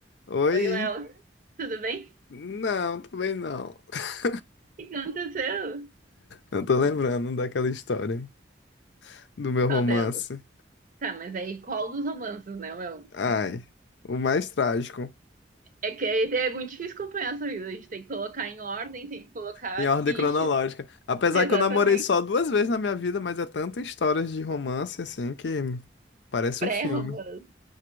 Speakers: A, on the left; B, on the right.
A: Oi?
B: Oi, Léo, tudo bem?
A: Não, também não. <laughs>
B: O que aconteceu?
A: Eu tô lembrando daquela história do meu
B: Qual
A: romance.
B: delas? Tá, mas aí qual dos romances, né, Léo?
A: Ai, o mais trágico,
B: É que aí é muito difícil acompanhar essa vida. A gente tem que colocar em ordem, tem que colocar
A: em
B: a
A: ordem
B: ficha.
A: cronológica.
B: <laughs>
A: Apesar
B: Exatamente.
A: que eu namorei só duas vezes na minha vida, mas é tanta histórias de romance assim que parece
B: Pré-romance.
A: um filme.